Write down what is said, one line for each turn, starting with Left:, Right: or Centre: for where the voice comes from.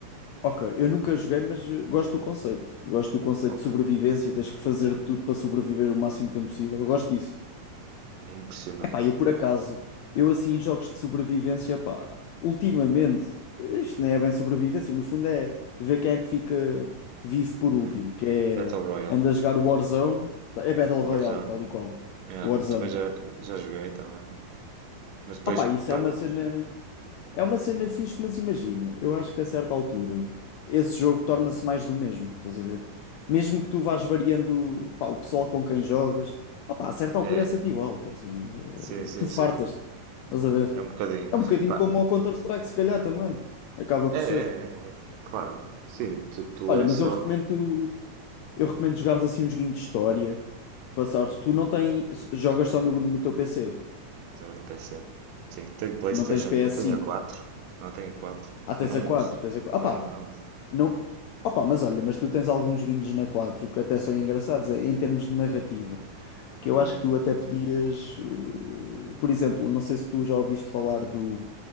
Left: ok, eu nunca joguei, mas eh, gosto do conceito. Eu gosto do conceito
Right: Oh,
Left: de sobrevivência, tens que fazer de tudo para sobreviver o máximo tempo possível. Eu gosto disso.
Right: é impressionante.
Left: Pá, eu por acaso, eu assim em jogos de sobrevivência, pá, ultimamente, isto nem é bem sobrevivência, no fundo é ver quem é que fica vivo por
Right: Hum.
Left: último, que é,
Right: Battle Royale,
Left: anda a jogar Warzone, tá- é Battle Royale,
Right: Warzone.
Left: tal e qual,
Right: Yeah,
Left: Warzone.
Right: eu também já, já joguei também. Mas depois
Left: Ah pá, isso
Right: paramos.
Left: é uma cena, é uma cena fixe, mas imagina, eu acho que a certa altura, esse jogo torna-se
Right: Hum.
Left: mais do mesmo, estás a ver? Mesmo que tu vás variando, pá, o pessoal com quem jogas, ah pá, a certa altura
Right: É,
Left: é sempre igual, quer dizer, eh,
Right: sim, sim,
Left: tu fartas-te,
Right: sim.
Left: estás a ver?
Right: É um bocadinho.
Left: É um bocadinho
Right: Pá,
Left: como o Counter-Strike, se calhar também. Acaba
Right: é,
Left: por
Right: é,
Left: ser.
Right: é, é. Claro. Sim, tu, tu
Left: Olha,
Right: és
Left: mas
Right: só.
Left: eu recomendo tu- eu recomendo jogares assim um joguinho de história. Passares. Tu não tens. Jogas só no, no teu PC.
Right: Jogo no PC. Sim, tenho PlayStation,
Left: Não tens PS5.
Right: tenho a quatro Não tenho a quatro
Left: Ah, tens
Right: mas não
Left: a 4,
Right: uso.
Left: tens a 4.
Right: Tenho,
Left: Opá,
Right: mas não uso.
Left: não. Opá, mas olha, mas tu tens alguns joguinhos na 4 que até são engraçados eh, em termos de narrativa. Que
Right: Hum.
Left: eu acho que tu até podias. eh, Por exemplo, não sei se tu já ouviste falar do